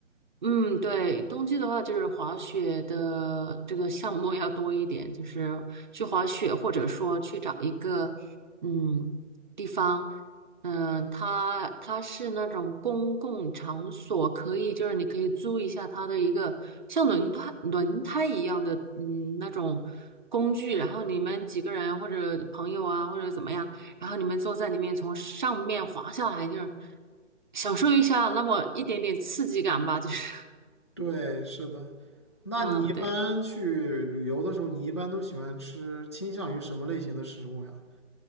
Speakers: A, on the right; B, on the left.
A: 嗯，对，冬季的话就是滑雪的这个项目要多一点，就是去滑雪，或者说去找一个嗯地方，嗯、它它是那种公共场所，可以就是你可以租一下它的一个像轮胎轮胎一样的嗯那种工具，然后你们几个人或者朋友啊或者怎么样，然后你们坐在里面从上面滑下来，就是享受一下那么一点点刺激感吧，就是。
B: 对，是的。那你一般去旅游的时候，
A: 嗯，对，
B: 你一般都喜欢吃倾向于什么类型的食物呀？